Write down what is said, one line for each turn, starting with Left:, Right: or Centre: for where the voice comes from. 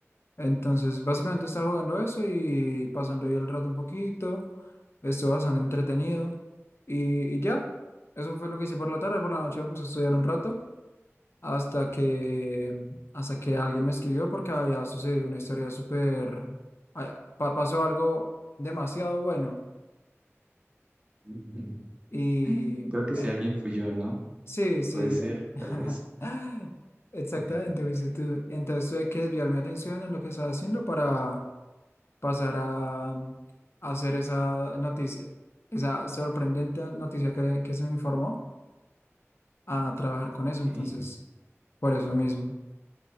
Left: Entonces, básicamente estaba jugando eso y pasando ahí el rato un poquito. Estuvo bastante entretenido. Y, y ya, eso fue lo que hice por la tarde. Por la noche me puse a estudiar un rato hasta que, hasta que alguien me escribió porque había sucedido una historia súper... ah, pa- pasó algo demasiado bueno.
Right: <laughs>
Left: Y
Right: Creo que
Left: eh,
Right: si alguien fui yo, ¿no?
Left: sí, sí.
Right: Puede ser,
Left: <laughs>
Right: tal vez.
Left: Exactamente,
Right: <laughs>
Left: fuiste tú. Entonces tuve que desviar mi atención en lo que estaba haciendo para pasar a, a hacer esa noticia, esa sorprendente noticia que, que se me informó. a trabajar con eso,
Right: Sí.
Left: entonces, por eso mismo.